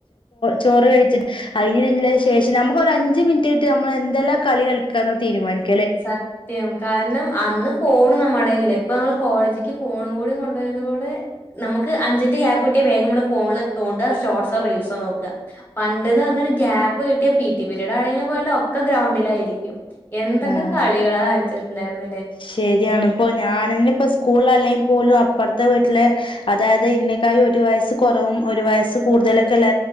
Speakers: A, on the left; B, on the left.
A: ചോറ് കഴിച്ചിട്ട് അതി ശേഷം നമുക്കൊ ഒരു അഞ്ച് മിനിറ്റ് കിട്ട് നമ്മൾ എന്തെല്ലാം കളി കളിക്കാന്ന് തീരുമാനിക്കും
B: സത്യം കാരണം അന്ന് ഫോണും നമ്മടെ കയ്യിൽ ഇല്ല ഇപ്പൊ നമ്മള് കോളേജ്ക്ക് ഫോണും കൂടി കൊണ്ട് പോയത് കൂടെ നമുക്ക് അഞ്ച് മിനിറ്റ് ഗ്യാപ്പ് കിട്ടിയ വേഗം നമ്മള് ഫോണിൽ തോണ്ടുക ഷോർട്സോ റീൽസോ നോക്കുക പണ്ടെന്ന് പറഞ്ഞാൽ ഒരു ഗ്യാപ്പ് കിട്ടിയാ പി ടി പീരീഡ് ആണെങ്കിലും വേണ്ടില്ല ഒക്കെ ഗ്രൗണ്ടിലായിരിക്കും എന്തൊക്കെ
A: ആഹ്
B: <unintelligible>
A: ശരിയാണ് ഇപ്പൊ ഞാനന്നെ ഇപ്പോ സ്കൂളിൽ അല്ലെ പോലും അപ്പുറത്തെ വീട്ടിലെ അതായത് എന്നെക്കായി ഒരു വയസ്സ് കുറവും ഒരു വയസ്സ് കൂടുതലൊക്കെയുള്ള